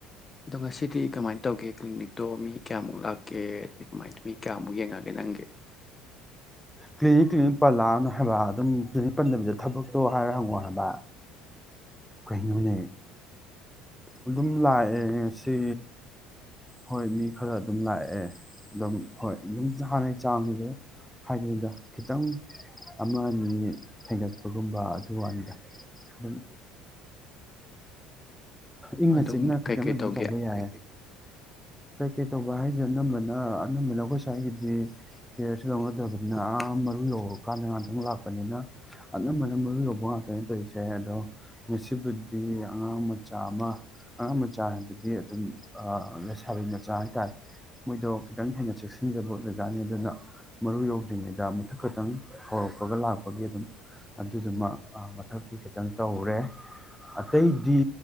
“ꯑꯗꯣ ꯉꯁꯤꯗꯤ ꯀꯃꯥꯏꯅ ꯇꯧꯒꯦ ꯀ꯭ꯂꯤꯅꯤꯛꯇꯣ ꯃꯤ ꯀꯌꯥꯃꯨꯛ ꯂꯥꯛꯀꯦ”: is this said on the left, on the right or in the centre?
Left